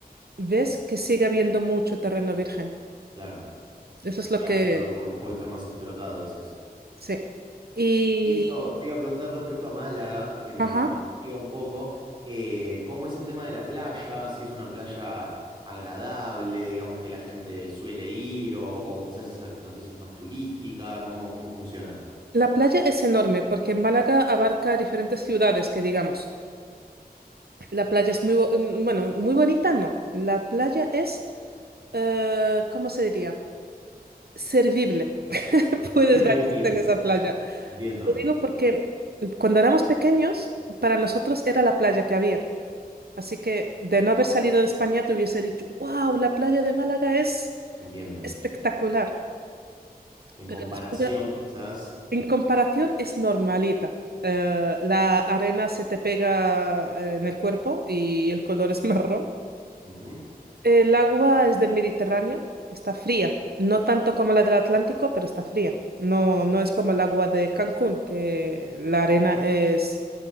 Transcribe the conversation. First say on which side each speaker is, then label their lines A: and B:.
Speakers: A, on the right; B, on the right.
A: ves que sigue habiendo mucho terreno virgen.
B: Claro.
A: Eso es lo
B: Claro,
A: que...
B: claro, como que puede estar más explotado, decís.
A: Sí. Y,
B: Y eso te iba a preguntar respecto a Málaga, que me,
A: ajá.
B: me intriga un poco. eh, ¿cómo es el tema de la playa? Si es una playa agradable, digamos que la gente suele ir, o, o quizás es- no sé si es más turística, ¿cómo, cómo funciona?
A: La playa es enorme porque Málaga abarca diferentes ciudades, que digamos. La playa es muy, bo- mm, bueno, muy bonita, no. La playa es, eh, ¿cómo se diría? Servible. <laughs> Puedes
B: Sí, sí,
A: bañarte
B: útil.
A: en esa playa.
B: Entiendo,
A: Lo digo porque cuando éramos pequeños, para nosotros era la playa que había. Así que de no haber salido de España, te hubiese dicho, wow, la playa de Málaga es
B: entiendo.
A: espectacular.
B: En
A: Pero
B: comparación,
A: después de,
B: quizás.
A: En comparación es normalita. Eh, la arena se te pega eh, en el cuerpo y el color es <laughs> marrón.
B: ujú,
A: El agua es del Mediterráneo, está fría. No tanto como la del Atlántico, pero está fría. No, no es como el agua de Cancún, que la arena es